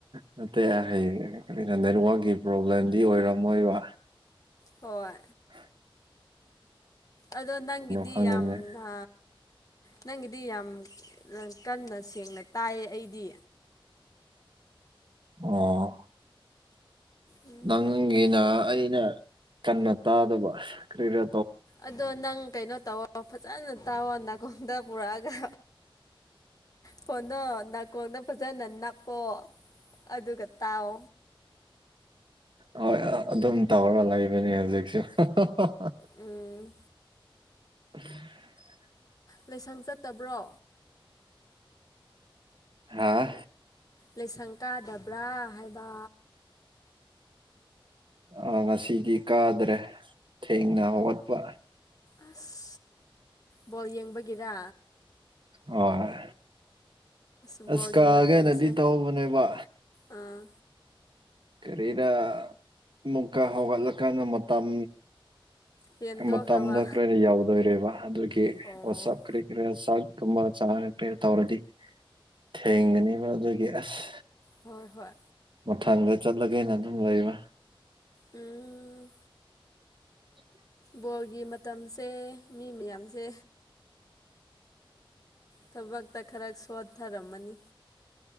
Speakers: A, on the right; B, on the left.
A: ꯅꯠꯇꯦ ꯑꯩ ꯍꯩ ꯀꯔꯤꯅꯣ ꯅꯦꯠꯋꯥꯛꯛꯀꯤ ꯄ꯭ꯔꯣꯕ꯭ꯂꯦꯝꯗꯤ ꯑꯣꯏꯔꯝꯃꯣꯏꯕ
B: ꯍꯣꯏ
A: ꯍꯥ
B: ꯑꯗꯣ ꯅꯪꯒꯤꯗꯤ
A: ꯈꯪꯗꯦꯅꯦ
B: ꯌꯥꯝꯅ ꯅꯪꯒꯤꯗꯤ ꯌꯥꯝ ꯑ‌ ꯀꯟꯅ ꯁꯦꯡꯅ ꯇꯥꯏꯌꯦ ꯑꯩꯗꯤ
A: ꯑꯣ
B: ꯎꯝ
A: ꯅꯪꯒꯤꯅ ꯑꯩꯅ ꯀꯟꯅ ꯇꯥꯗꯕ ꯀꯔꯤꯔ
B: ꯑꯗꯣ ꯅꯪ ꯀꯩꯅꯣ ꯇꯧꯋꫭ ꯍꯐꯖꯅ ꯇꯥꯎꯑꯣ ꯅꯥꯀꯣꯡꯗ ꯄꯨꯔꯛꯑꯒ ꯐꫭꯟꯗꫭ ꯅꯥꯀꯣꯡꯗ ꯐꯖꯅ ꯅꯞꯄꯣ ꯑꯗꯨꯒ ꯇꯥꯎ
A: ꯍꯣꯏ ꯑꯗꯨꯝ ꯇꯧꯔꯒ ꯂꯩꯕꯅꯦ ꯍꯧꯖꯤꯛꯁꯨ ꯑꯥ
B: ꯎꯝ
A: <unintelligible>
B: ꯂꯥꯏꯁꯪ ꯆꯠꯇꯕ꯭ꯔꯣ
A: ꯍꯥꯥ
B: ꯂꯥꯏꯁꯪ ꯀꯥꯗꯕ꯭ꯔꯥ ꯍꯥꯏꯕ
A: ꯑꯥ ꯉꯁꯤꯗꯤ ꯀꯥꯗ꯭ꯔꯦ ꯊꯦꯡꯅ ꯍꯧꯒꯠꯄ
B: ꯑꯁ ꯕꯣꯜ ꯌꯦꯡꯕꯒꯤꯔ
A: ꯍꯣꯏ
B: ꯕꯣꯜꯒꯤ
A: ꯑꯁ ꯀꯒꯦꯅꯗꯤ
B: ꯃꯇꯝꯁꯦ
A: ꯇꯧꯕꯅꯦꯕ
B: ꯑꯥ
A: ꯀꯔꯤꯔꯥ ꯑꯃꯨꯛꯀ ꯍꯧꯒꯠꯂꯀꯥꯟꯗ ꯃꯇꯝ
B: ꯍꯦꯟꯗꯣꯛꯈ꯭ꯔꯕ
A: ꯃꯇꯝꯗ ꯀꯔꯅ ꯌꯥꯎꯗꯣꯏꯔꯦꯕ ꯑꯗꯨꯒꯤ
B: ꯑꯣ
A: ꯋꯥꯁꯞ ꯀꯔꯤ ꯀꯔꯤ ꯆ <unintelligible> ꯒꯨꯝꯕ ꯆꯥꯔ ꯀꯔ ꯇꯧꯔꯗꯤ ꯊꯦꯡꯒ <unintelligible> ꯅꯦꯕ <unintelligible> ꯑꯗꯨꯒꯤ ꯑꯁ
B: ꯍꯣꯏ ꯍꯣꯏ
A: ꯃꯊꯪꯗ ꯆꯠꯂꯒꯦꯅ ꯑꯗꯨꯝ ꯂꯩꯕ
B: ꯎꯝ
A: <inaudible>
B: ꯕꯣꯜꯒꯤ ꯃꯇꯝꯁꯦ ꯃꯤ ꯃꯌꯥꯝꯁꯦ ꯊꯛ ꯇ ꯈꯔ ꯁꯣꯠ ꯊꯔꯃꯅꯤ